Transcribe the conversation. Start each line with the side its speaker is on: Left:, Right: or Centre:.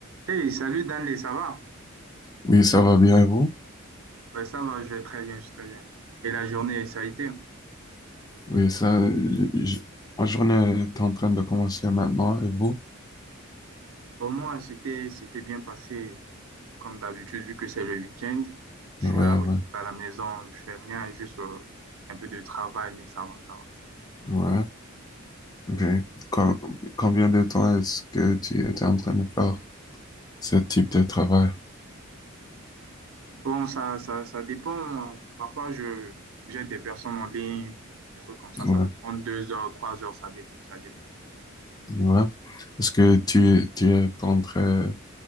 Right: Hey, salut Danley, ça va?
Left: Oui, ça va bien et vous?
Right: Ouais, ça va, je vais très bien, je vais très bien. Et la journée, ça a été?
Left: Oui, ça, j- j- ma journée est en train de commencer maintenant et vous?
Right: Pour moi, c'était c'était bien passé, comme d'habitude, vu que c'est le week-end. Je
Left: Ouais,
Right: suis là, relax
Left: ouais,
Right: à la maison, je fais rien, juste euh, un peu de travail, mais ça va, ça va.
Left: ouais. Ok. Com- combien de temps est-ce que tu étais en train de faire ce type de travail?
Right: Bon, ça, ça, ça dépend. Parfois, je j'aide des personnes en ligne, des trucs comme ça. Ça
Left: Ouais,
Right: peut prendre deux heures, trois heures, ça dépend, ça dépend.
Left: ouais. Est-ce que tu, tu es en train,